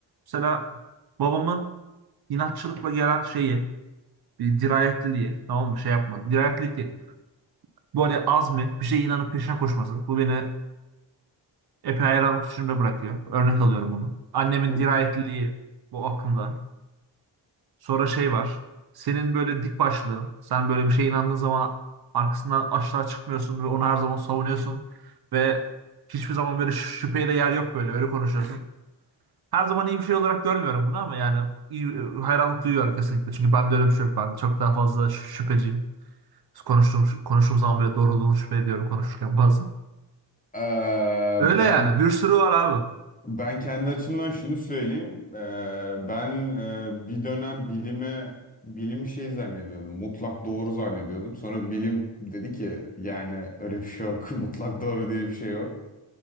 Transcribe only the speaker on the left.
Bu-
Ee,
ben
Ben kendi açımdan şunu söyleyeyim. Ee, ben e, bir dönem bilime bilimi şey zannediyordum. Mutlak doğru zannediyordum. Sonra bilim dedi ki yani öyle bir şey yok. <laughs> Mutlak doğru diye bir şey yok.